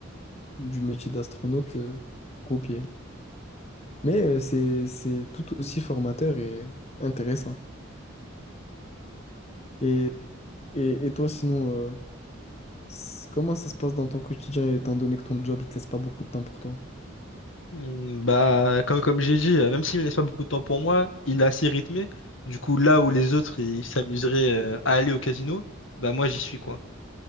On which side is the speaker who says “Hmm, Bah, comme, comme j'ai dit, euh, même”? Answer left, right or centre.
Left